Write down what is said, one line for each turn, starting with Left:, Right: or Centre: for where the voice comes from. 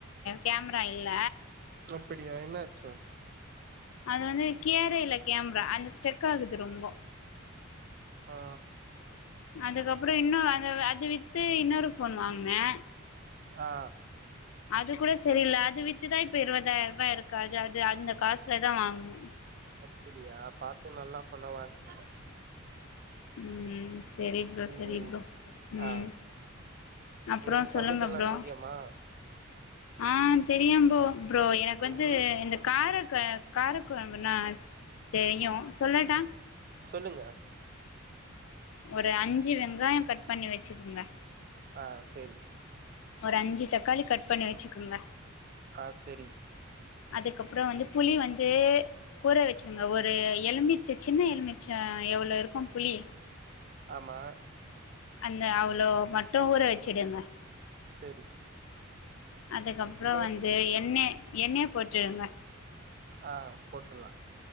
Left: கேம்ரா இல்ல
Right: அப்டியா என்னாச்சு
Left: அது வந்து கியரே இல்ல கேம்ரா அந்த ஸ்டெக் ஆகுது ரொம்ப
Right: ஆ
Left: அதுக்கப் ப்றோ இன்னொ அந்த அது வி்த்து இன்னொரு ஃபோன் வாங்குனே
Right: ஆ
Left: அது கூட செரியில்ல அது வித்துதா இப்ப இருவதாயிர்ருபா இருக்குது அது அது அந்த காசுலதா வாங்னே
Right: அப்பிடியா பாத்து நல்லா சொன்னத வாங்கிவா
Left: உம் செரி ப்ரோ
Right: ம்
Left: செரி ப்ரோ உம்
Right: ஆ
Left: அப்றோ
Right: உங்களுக்கு
Left: சொல்லுங்க
Right: சமைக்கல்லா
Left: ப்ரோ
Right: தெரியுமா
Left: ஆஹ் தெரியு ப்ரோ ப்ரோ எனக்கு வந்து
Right: ம்
Left: இந்த காரக் க காரக் கொழம்புனா தெரியு சொல்லட்டா
Right: சொல்லுங்க
Left: ஒரு அஞ்சு வெங்காய கட் பண்ணி வச்சுக்குங்க
Right: ஆஹ் செரிங்க
Left: ஒரு அஞ்சு தக்காளி கட் பண்ணி வச்சுக்குங்க
Right: ஆ செரிங்
Left: அதுக்கப்ற வந்து புளி வந்து பூற வச்சுருங்க ஒரு எலுமிச்ச சின்ன எலுமிச்ச எவளோ இருக்கு புளி
Right: ஆமா
Left: அந்த அவ்ளோ மட்டு ஊற வச்சுடுங்க
Right: செரி
Left: அதுக்கப்ற
Right: இன்னு
Left: வந்து எண்ணய எண்ணய போட்டுருங்க
Right: ஆஹ் போட்றலா